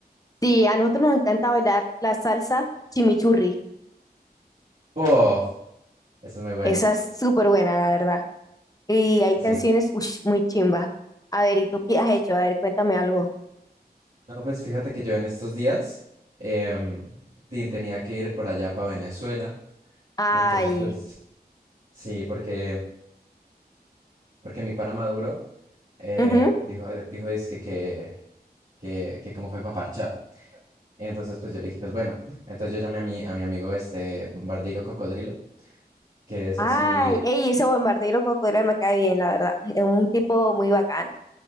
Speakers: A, on the left (about 20°); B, on the right (about 50°).
A: sí, a nosotros nos encanta bailar la salsa chimichurri,
B: Uf, esa es muy buena.
A: esa es súper buena, la verdad. Y hay
B: Sí.
A: canciones ush, muy chimba. A ver, ¿y tú qué has hecho? A ver, cuéntame algo.
B: No, pues fíjate que yo en estos días em, tin- tenía que ir por allá para Venezuela.
A: Ay,
B: Y entonces, pues, sí, porque, porque mi pana Maduro eh,
A: ujú.
B: dijo, dijo, es que, que que, que como fue para parchar. Entonces, pues yo le dije, pues bueno, entonces yo llamé a mi, a mi amigo este Bombardeiro Cocodrilo, que es
A: Ay,
B: así,
A: ey, ese bombardero cocodrilo me cae bien, la verdad. Es un tipo muy bacano.